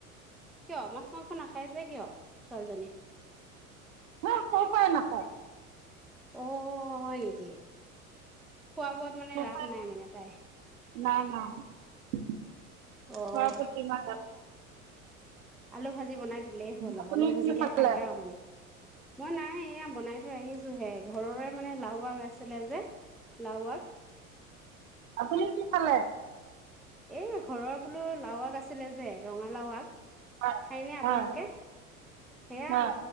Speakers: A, in the centre; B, on the right.
A: কিয়, মাছ-মাংস নাখায় যে কিয় ছোৱালীজনী?
B: ন সৰু পৰাই নাখায়
A: অ', হয় নেকি? খোৱা-বোৱাত মানে
B: সৰু
A: ৰাপ
B: পৰাই
A: নাই মানে তাই।
B: নাই, নাই। খোৱাৰ
A: অ
B: প্ৰতি ইমান ৰাপ
A: আলু ভাজি বনাই দিলেই হ'ল
B: আপুনি
A: আৰু আলু ভাজিকে
B: কি খালে
A: খায়ে আৰু মানে। মই নাই এয়া বনাই থৈ আহিছোঁহে, ঘৰৰে মানে লাও আগ আছিলে যে। লাও আগ
B: আপুনি কি খালে?
A: এই ঘৰৰ বোলোঁ লাও আগ আছিলে যে ৰঙালাও আগ।
B: হয়
A: খায় নে আপোনালোকে?
B: হয়
A: সেয়া
B: হয়